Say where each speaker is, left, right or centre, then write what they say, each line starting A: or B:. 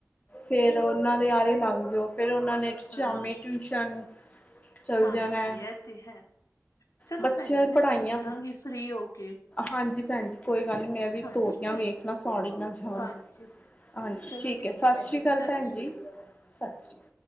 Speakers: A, on the left; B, on the left.
A: ਫੇਰ ਔਨਾਂ ਦੇ ਆਰੇ ਲੱਗ ਜਾਓ। ਫੇਰ ਓਨਾਂ ਨੇ ਸ਼ਾਮੀ
B: ਹਾਂਜੀ
A: ਟਿਊਸ਼ਨ ਚੱਲ
B: ਹਾਂਜੀ
A: ਜਾਣਾ।
B: ਐ ਤੇ ਹੈ। ਚਲੋ
A: ਬੱਚਿਆਂ
B: ਭੈਣ ਜੂ
A: ਦੀ
B: ਮੈਂ
A: ਪੜ੍ਹਾਈਆਂ
B: ਤੁਹਾਨੂੰ ਕਰਾਂਗੀ ਫ੍ਰਰੀ ਹੋ ਕੇ।
A: ਹਾਂਜੀ ਭੈਣਜੀ ਕੋਈ ਗੱਲ ਨੀ ਮੈਂ ਵੀ
B: ਹਾਂਜੀ
A: ਤੋਰੀਆਂ
B: ਠੀਕ
A: ਵੇਖਲਾਂ
B: ਹੈ
A: ਸੜ ਈ ਨਾ ਜਾਣ।
B: ਹਾਂਜੀ
A: ਹਾਂਜੀ,
B: ਚਲੋ
A: ਠੀਕ ਏ, ਸਤਿ
B: ਹੈ ਭੈਣ
A: ਸ੍ਰੀ
B: ਜੀ
A: ਅਕਾਲ
B: ਸਤਿ
A: ਭੈਣ
B: ਸ੍ਰੀ
A: ਜੀ,
B: ਅਕਾਲ
A: ਸਤਿ ਸ੍ਰੀ ਅਕਾਲ।